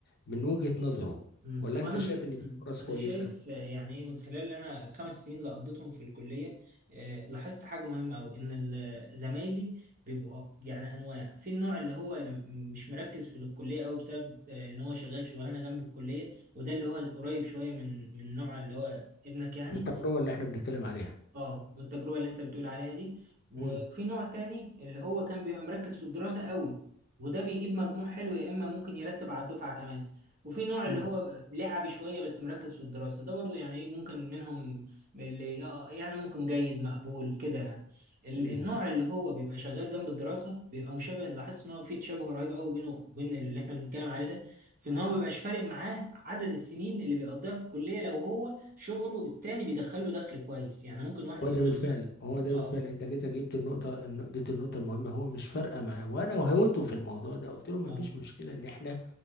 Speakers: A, on the left; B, on the right.
A: من وجهة نظره
B: مم.
A: ولا
B: طب
A: أنت
B: انا
A: شايف
B: من
A: إن في
B: مم.
A: فرص كويسة
B: انا شايف آه، يعني ايه من خلال اللي انا الخمس سنين اللي قضيتهم في الكليه آه، لاحظت حاجه مهمه قوي ان ال- زمايلي بيبقوا يعني انواع في النوع اللي هو اللي م- مش مركز في الكليه قوي بسبب آه، ان هو شغال شغلانه جنب الكليه وده اللي هو قريب شويه من من النوع اللي هو ابنك يعني
A: من التجربة اللي إحنا بنتكلم عليها
B: اه بالتجربة اللي انت بتقول عليها دي وفي
A: امم
B: نوع تاني اللي هو كان بيبقى مركز في الدراسة قوي وده بيجيب مجموع حلو يا اما ممكن يرتب على الدفعة كمان وفي نوع اللي
A: امم
B: هو لعبي شوية بس مركز في الدراسة ده برضو يعني إيه، ممكن منهم اللي آه، يعني ممكن جيد مقبول كده يعني ال-
A: امم
B: النوع اللي هو بيبقى شغال جنب الدراسة بيبقى مشابه لاحظت ان هو في تشابه رهيب قوي بينه وبين اللي احنا بنتكلم عليه ده في ان هو مبيبقاش فارق معاه عدد السنين اللي بيقضيها في الكلية لو هو شغله التاني بيدخله دخل كويس يعني ممكن واحد
A: هو
B: يبقى
A: ده بالفعل
B: شغال-
A: هو ده
B: اه
A: بالفعل أنت كده جبت النقطة الن- جبت النقطة المهمة هو مش فارقة معاه وأنا وهوته في الموضوع ده قلت له مفيش
B: اه آه،
A: مشكلة إن إحنا